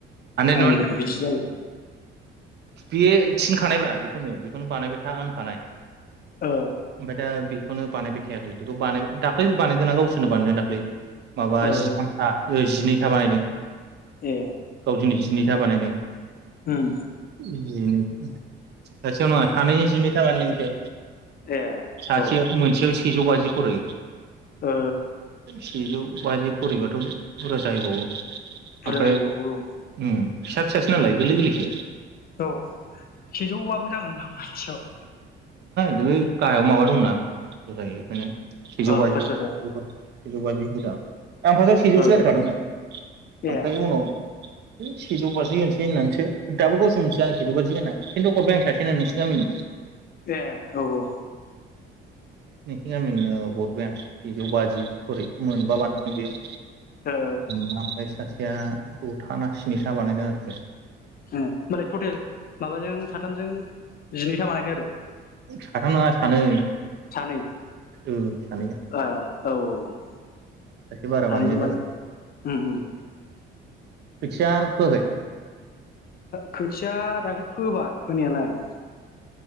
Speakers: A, on the right; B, on the left.
A: हानाय
B: खामानिफोरखौ बिदि जायोदा
A: बेयो थिनखानायब्रा बेखौनो बेखौनो बानायबाय था होनखानाय
B: ओ
A: ओमफाय दा बि बेखौनो बानायबाय थायाखै बेखौ बानाय दाख्लै बानायदोंना गावसोरनो बानायदों दाख्लै माबा
B: ओ
A: जिथामथा ओ जिनै फिथा बानायदों
B: ए
A: गावसिनि जिनि फिथा बानायदों
B: ओम
A: इदिनो सासेयाव नङा सानै दिनै थाराबानो नोंसो
B: ए
A: सासे
B: औ
A: मोनसेयाव सो सेजौ बाजि खरै
B: ओ
A: सेजौ बाजि खरिबाथ' बुरजा जाहैबावो
B: बुरजा
A: ओमफ्राय
B: जायैबावो औ
A: उम फिसा फिसासो नालाय गोरलै गोरलैसो
B: औ सेजौबाबो जागोन नोंथां मोनसेयाव
A: बि गाहायाव माबा दंना होजायो बेखायनो सेजौ
B: औ
A: बाजि
B: खस्थ' जायो
A: सेजौ बाजि होदां ओमफाय दा सेजौसो
B: ओ
A: रायलायखादोंमोन ओमफ्राय
B: ए
A: उनाव हे सेजौ बाजि होनोसै होननानैसो दाबो गावसोर <unintelligible> खिन्थु हरबाय आं सासेनो नोंसोर गामिनो
B: ए औ औ
A: नोंसोरनि गामिनो हरबाय आं सेजौ बाजि हरै मोनबा बानथामोन बेयो
B: ओ
A: मा बायसासो ओ दथा ना स्निथा बानायदों आरोखि
B: ए होनोमबालाय टटेल माबाजों साथामजों जिनैथा बानायदो आरो
A: साथाम नोङा सानै
B: <inaudible>
A: ओ सानैजों सासे बारा
B: सानैजों
A: बानायनाय
B: बानाय
A: जाबाय
B: उम उम
A: खोथिया फोयाखै
B: खोथिया दाखालि फोबाय फोनायालाय <inaudible>